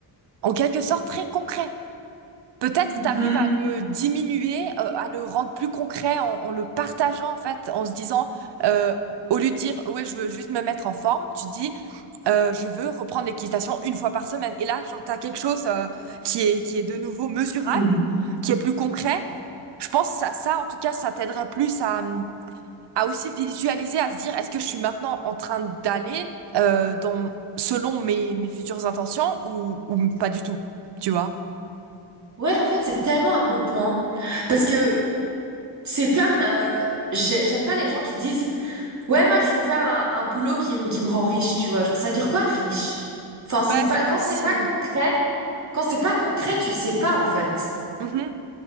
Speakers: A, on the right; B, on the right.
A: en quelque sorte très concret. Peut-être
B: Mhm.
A: t'arrives à le diminuer, euh, à le rendre plus concret en, en le partageant en fait, en se disant, euh, au lieu de dire, ouais, je veux juste me mettre en forme, tu dis, euh, je veux reprendre l'équitation une fois par semaine. Et là, genre, t'as quelque chose euh, qui est, qui est de nouveau mesurable,
B: Mhm.
A: qui est plus concret. Je pense que ça, ça, en tout cas, ça t'aiderait plus à, à aussi visualiser, à se dire, est-ce que je suis maintenant en train d'aller euh, dans, selon mes, mes futures intentions ou, ou pas du tout, tu vois?
B: Ouais, en fait, c'est tellement un bon point. Parce que c'est comme, euh, j'ai- j'aime pas les gens qui disent, ouais, moi, je veux faire un, un boulot qui me, qui me rend riche, tu vois. Genre, ça veut dire quoi, riche? Enfin,
A: Ouais,
B: c'est pas,
A: ça
B: quand
A: aussi.
B: c'est pas concret, Quand c'est pas concret, tu sais pas en fait.
A: Mhm.